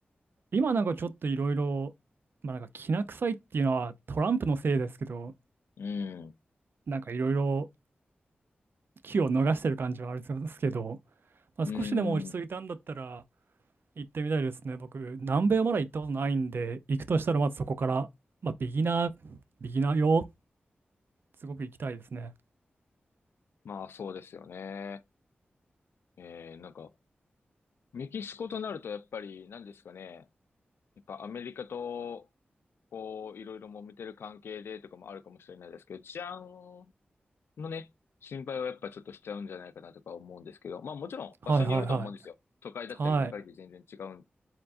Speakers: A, on the right; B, on the left.
A: 今なんかちょっといろいろ、まあなんかきな臭いっていうのはトランプのせいですけど、
B: うん。
A: なんかいろいろ機を逃してる感じはあるんですけど、まあ、
B: うん。
A: 少しでも落ち着いたんだったら行ってみたいですね。僕、南米はまだ行ったことないんで、行くとしたらまずそこから、まあビギナー、ビギナー用、すごく行きたいですね。
B: まあそうですよね。えー、なんか、メキシコとなるとやっぱり何ですかね。やっぱアメリカと、こう、いろいろ揉めてる関係でとかもあるかもしれないですけど、治安のね、心配はやっぱちょっとしちゃうんじゃないかなとか思うんですけど、まあもちろん場所によると思うんですよ。
A: はいはいはい。
B: 都会だったり田舎で全然違う
A: はい。